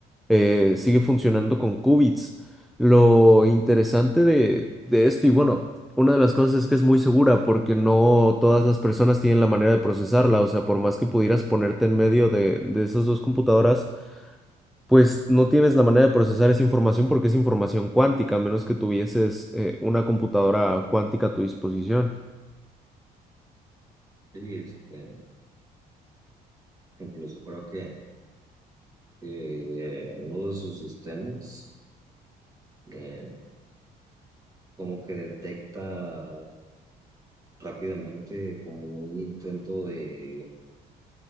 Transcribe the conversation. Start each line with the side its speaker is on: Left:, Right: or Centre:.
Centre: eh, sigue funcionando con qubits. Lo interesante de, de esto, y bueno, una de las cosas es que es muy segura, porque no todas las personas tienen la manera de procesarla, o sea, por más que pudieras ponerte en medio de, de esas dos computadoras, pues no tienes la manera de procesar esa información porque es información cuántica, a menos que tuvieses eh, una computadora cuántica a tu disposición.
Right: Sí, este, incluso creo que, que, eh, uno de sus sistemas eh, como que detecta rápidamente como un intento de,